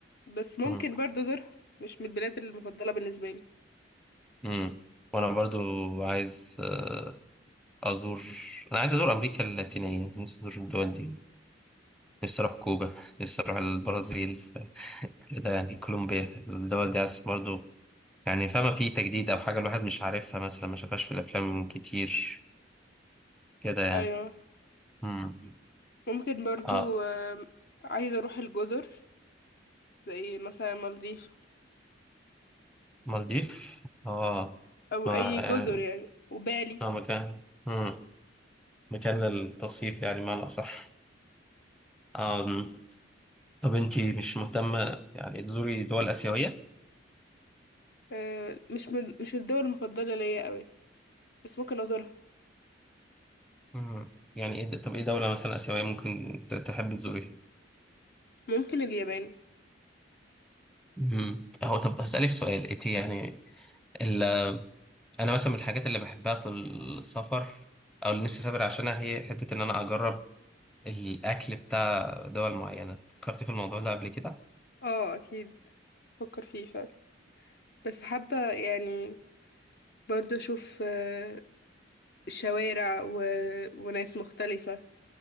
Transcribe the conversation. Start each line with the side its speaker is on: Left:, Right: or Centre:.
Left: بس ممكن
Centre: مم.
Left: برضو ازورها مش من البلاد المفضلة بالنسبة لي
Centre: امم وانا برضو عايز آه، ازور انا عايز ازور امريكا اللاتينيه نفسي ازور الدول دي نفسي أروح كوبا نفسي أروح البرازيل <laughs> كده يعني كولومبيا الدول دي عايز برضو يعني فاهمة في تجديد أو حاجة الواحد مش عارفها مثلا ما شافهاش في الأفلام كتير كده يعني
Left: ايوه
Centre: مم.
Left: ممكن برضو
Centre: آه
Left: آم، عايزة اروح الجزر زي مثلا مالديف
Centre: مالديف آه
Left: او
Centre: ما
Left: اي
Centre: يعني
Left: جزر يعني وبالي
Centre: آه مكان مم. مكان للتصيف يعني معنى أصح آم. طب أنتي مش مهتمة يعني تزوري دول آسيوية؟
Left: آه، مش من مش الدول المفضلة ليا قوي بس ممكن ازورها
Centre: مم. يعني إيه د- طب إيه دولة مثلا آسيوية ممكن ت- تحب تزوريها؟
Left: ممكن اليابان
Centre: مم. هو طب هسألك سؤال انت يعني ال... انا مثلا من الحاجات اللي بحبها في السفر او اللي نفسي اسافر عشانها هي حتة ان انا اجرب الاكل بتاع دول معينة فكرتي في الموضوع ده قبل كده
Left: اه اكيد بفكر فيه فعلا بس حابة يعني برضو اشوف آه، شوارع و... وناس مختلفة